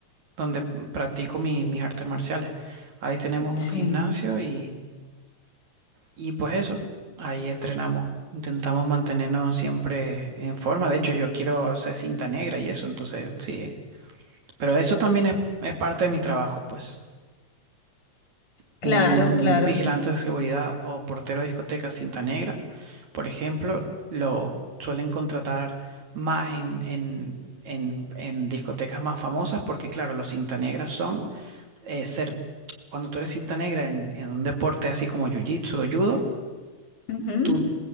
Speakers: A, on the right; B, on the left.
A: donde practico mis, mis artes marciales. Ahí tenemos
B: Sí,
A: un gimnasio y, y pues eso, ahí entrenamos. Intentamos mantenernos siempre en forma. De hecho, yo quiero ser cinta negra y eso, entonces sí. Pero eso también es, es parte de mi trabajo, pues.
B: claro,
A: un, un
B: claro.
A: vigilante de seguridad o portero de discoteca cinta negra, por ejemplo, lo suelen contratar más en, en, en- en discotecas más famosas porque, claro, los cinta negras son eh, ser, cuando tú eres cinta negra en, en un deporte así como jiu-jitsu o judo,
B: Ujú.
A: tú